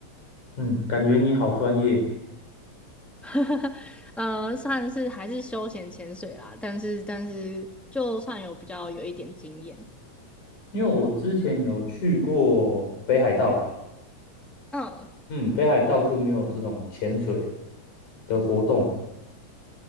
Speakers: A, on the left (about 85°); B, in the centre.
A: 嗯，感觉你好专业。
B: <laughs> 呃，算是还是休闲潜水啦，但是但是就算有比较有一点经验，
A: 因为我之前有去过北海道了，
B: 嗯。
A: 嗯，北海道就没有这种潜水的活动。